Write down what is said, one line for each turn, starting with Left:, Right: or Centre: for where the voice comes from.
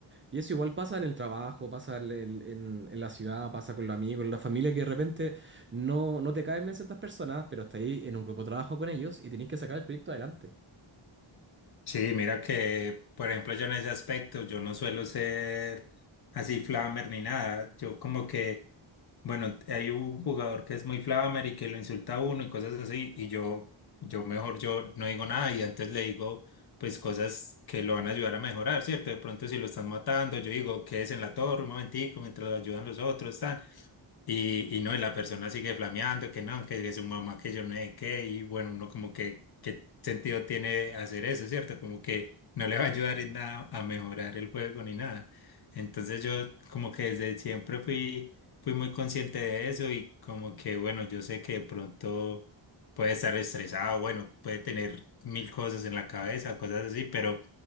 Right: Y eso igual pasa en el trabajo, pasa en, el- en- en la ciudad, pasa con los amigos, en la familia, que de repente no, no te caen bien ciertas personas, pero estás ahí en un grupo de trabajo con ellos y tenés que sacar el proyecto adelante.
Left: Sí, mira que, por ejemplo, yo en ese aspecto, yo no suelo ser así flamer ni nada. Yo como que, bueno, hay un jugador que es muy flamer y que lo insulta a uno y cosas así, y yo, yo mejor yo no digo nada y antes le digo, pues cosas que lo van a ayudar a mejorar, ¿cierto? De pronto si lo están matando, yo digo, quédese en la torre un momentico mientras lo ayudan los otros, tan. Y, y no, y la persona sigue flameando, que no, que, que su mamá, que yo no sé qué, y bueno, uno como que, ¿qué sentido tiene hacer eso, cierto? Como que no le va a ayudar en nada a mejorar el juego ni nada. Entonces yo como que desde siempre fui, fui muy consciente de eso y como que, bueno, yo sé que de pronto puede estar estresado, bueno, puede tener mil cosas en la cabeza, cosas así, pero